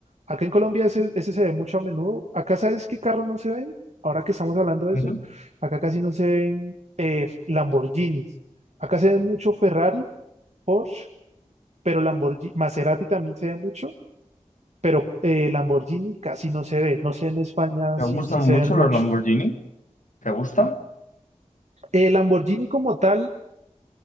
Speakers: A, on the right; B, on the left.
A: Acá en Colombia ese, ese se ve mucho a menudo. Acá, ¿sabes qué carros no se ven? Ahora que estamos hablando de
B: ujú.
A: eso, acá casi no se ven eh, Lamborghinis. Acá se ve mucho Ferrari, Porsche pero Lamborghini, Maserati también se ve mucho, pero eh, Lamborghini casi no se ve. No sé en España
B: ¿Te
A: si,
B: gustan
A: si se
B: mucho
A: ven muchos.
B: los Lamborghini? ¿Te gustan?
A: Eh, Lamborghini como tal,